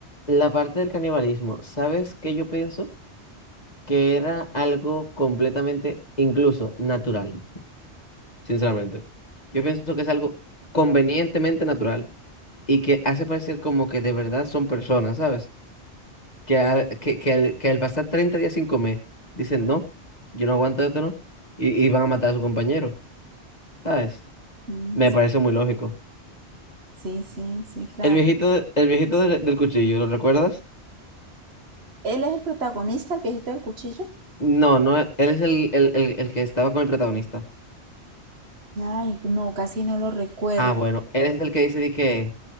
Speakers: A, on the left (about 35°); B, on the right (about 65°).
A: la parte del canibalismo, ¿sabes qué yo pienso? Que era algo completamente, incluso, natural. sinceramente. Yo pienso que es algo convenientemente natural y que hace parecer como que de verdad son personas, ¿sabes? Que, a- que, que, al, que al pasar 30 días sin comer, dicen, no, yo no aguanto esto, ¿no? Y, y van a matar a su compañero, ¿sabes?
B: Mm,
A: Me parece muy lógico.
B: Sí, sí, sí, claro.
A: El viejito, de- el viejito del, del cuchillo, ¿lo recuerdas?
B: ¿Él es el protagonista, el viejito del cuchillo?
A: No, no, e, él es el, el, el, el que estaba con el protagonista.
B: Ay, no, casi no lo recuerdo.
A: Ah, bueno, él es el que dice de que